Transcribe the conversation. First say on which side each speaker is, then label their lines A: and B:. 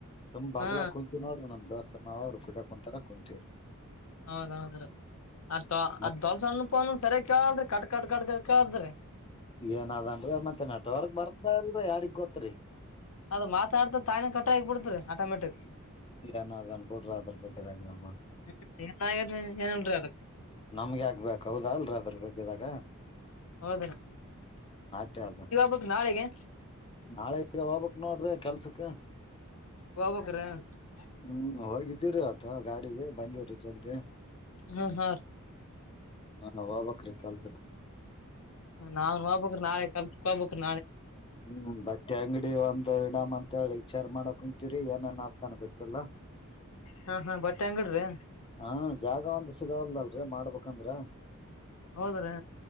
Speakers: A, on the left; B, on the left.
A: ಸಮ್ ಬಾಗಲಾ
B: ಹಾ
A: ಕುಂತೀವಿ ನೋಡ್ರ ನಮ್ ದೋಸ ನಾವ್ರು ಕಿಟ ಕುಂತಾರ ಕುಂತೀವರಿ
B: ಹೌದೌದ್ರ ಅ
A: ಮತ್
B: ಅ ದೊಲ್ಸಣ್ಣ ಪ ಸರಿಯ ಕೇಳ್ರಿ ಕಟ್ ಕಟ್ ಕಟ್ ಕ ಕೇಳ್ದ್ರಿ
A: ಏನದನ್್ರೀ ಮತ್ತೆ ನಟ ಅವರ್ಗ್ ಬರ್ತಾಲ್ರರಿ ಯಾರಿಗ್ ಗೊತ್ರಿ
B: ಅದ ಮಾತಾಡ್ತ ತಾಯ ಕಟ್ರ ಆಗ್ಬ ಬಿಡ್ತ್ರೀ ಆಟೋಮೆಟಿಕ್
A: ಏನ ಅ್ ಅನ್ಬ ಬಿಡ್ರರು ಅದ್ರ ಬಗ್ಗೆದ ನ
B: ಹ್ಮ್ ಏನ್ ಏನ್ ಹೇಳಿ ಆಗ ಹು ಏನಾಗಿದೆ ಏನ್ರೀ ಅದ್ಕ
A: ನಮ್ಗೆ ಆಗ್ಬೇಕೌದಾ ಅಲ್ರ ಅದ್ರ ಬಗ್ಿದಾಗ
B: ಹೌದೀ ತಪ್ಪು ಇದು ಹೌದ್ರೀ
A: ದ ಅಷ್ಟೇ ಆದ
B: ಹ ನಾಳೆಗೆ ಎಲ್ಲಿಗೆ ಹೋಗಬೇಕು ನಾಳಿಗೆ
A: ನಾಳೆ ಈಗ ಹೋಗ್ಕ್ ನೋಡ್ರಿ ಕೆಲ್ಸಕ್ ಇದು ತಪ್ಪು ನಾಳಿಕೆ ಹೋಗಬೇಕು ನೋಡಲ್ ಕೆಲಸ ಇದು ಸರಿ
B: ವಬಕರ ತಪ್ಪು ಹೋಗಬೇಕು ರೀ
A: ಹ್ಮ್ ಹೋಗಿದ್ದೀರಿ ಆತ ಗಾಡಿಗೆ ಬಂದಿವೀ ಜಲ್ದ
B: ಹ್ಮ ಹಾ
A: ಹಾ ಹೋಗಬೇಕು ರೀ ಕೆಲಸಕ್
B: ನಾವುನು ಕೆಲಸಕ್ಕೆ ಹೋಗ ಬೇಕ್ರಿ ನಾಳೆಗೆ ಕೆಲಸಕ್ಕೆ ಹೋಗಬೇಕ್ರಿ
A: ಹ್ಮ್ ಬಟ್ಟೆ ಅಂಗಡಿ ಒಂದು ಇಡಾಮ್ ಅಂತ ಹೇಳಿ ವಿಚಾರ್ ಮಾಡ ಕುಂತೀರಿ ಏನೇ ಆತಾನ ಗೊತ್ತಿಲ್ಲಾ
B: ಹಾ ಹಾ ಬಟ್ಟೆ ಅಂಗಡ್ರಿ
A: ಹಾ ಜಾಗ ಒಂದು ಸಿಗವಲದ ಇಲ್ಲ ಅಲ್ರಿ ಮಾಡ್ಬೇಕಂದ್ರ
B: ಹೌದ್ರೀ